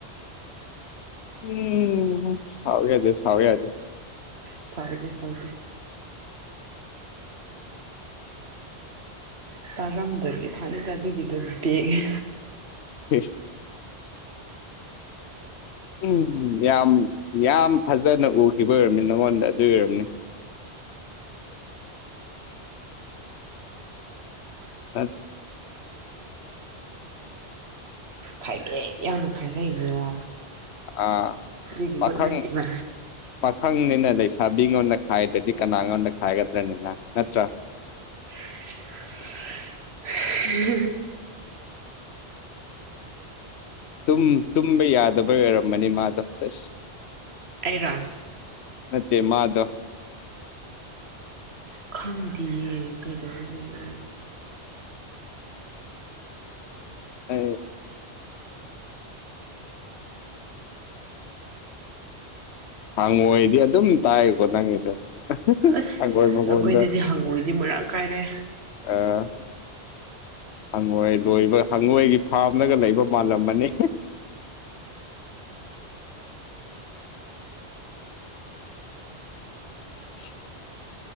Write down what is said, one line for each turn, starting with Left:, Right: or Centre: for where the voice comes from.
Left: ꯎꯝ ꯁꯥꯎ ꯌꯥ ꯑꯗꯨ ꯁꯋ ꯌꯥ ꯑꯗꯨ
Right: ꯁꯥꯎꯗꯤ ꯁꯥꯎꯗꯤ ꯆꯥꯔꯝꯗ꯭ꯔꯗꯤ ꯐꯅꯤꯗ ꯑꯗꯨꯒꯤꯗꯣ ꯕꯦꯒ
Left: ꯁ ꯎꯝ ꯌꯥꯝ ꯌꯥꯝ ꯐꯖꯅ ꯎꯈꯤꯕ ꯑꯣꯏꯔꯝꯅꯤ ꯅꯉꯣꯟꯗ ꯑꯗꯨ ꯑꯣꯏꯔꯝꯅꯤ ꯑꯠ
Right: ꯈꯥꯏꯉꯦ ꯌꯥꯎꯅ ꯈꯥꯏꯔꯛꯏꯅꯦꯕ
Left: ꯑ
Right: ꯑꯗꯨꯒꯤꯃꯛ
Left: ꯄꯥꯈꯪ
Right: ꯅꯠꯇꯦꯕ
Left: ꯄꯥꯈꯪꯅꯤꯅ ꯂꯩꯁꯥꯕꯤꯉꯣꯟꯗ ꯈꯥꯏꯗ꯭ꯔꯗꯤ ꯀꯅꯥ ꯉꯣꯟꯗ ꯈꯥꯏꯒꯗ꯭ꯔꯅꯤꯅ ꯅꯠꯇ꯭ꯔꯥ
Right: <inaudible> ꯍꯝꯍꯝꯍꯝꯍ
Left: ꯇꯨꯝ ꯇꯨꯝꯕ ꯌꯥꯗꯕꯩ ꯑꯣꯏꯔꯝꯕꯅꯤ ꯃꯥꯗꯣ ꯁꯦꯁ
Right: ꯑꯩꯔꯣ
Left: ꯅꯠꯇꯦ ꯃꯥꯗꯣ
Right: <inaudible> ꯈꯪꯗꯦꯌꯦ ꯀꯩꯗꯧꯔꯗꯅ
Left: ꯑ ꯍꯪꯉꯣꯏꯗꯤ ꯑꯗꯨꯝ ꯇꯥꯏꯀꯣ ꯅꯪꯒꯤꯁꯦ
Right: ꯑꯁ
Left: ꯍꯪꯉꯣꯏ ꯃꯈꯣꯟꯗ
Right: ꯑꯩꯈꯣꯏꯗꯗꯤ ꯍꯪꯉꯣꯏꯗꯤ ꯃꯔꯥꯡ ꯀꯥꯏꯔꯦ
Left: ꯑ ꯍꯪꯉꯣꯏ ꯂꯣꯏꯕ ꯍꯪꯉꯣꯏꯒꯤ ꯐꯥꯝꯅꯒ ꯂꯩꯕ ꯃꯥꯜꯂꯝ ꯑꯅꯤ <inaudible>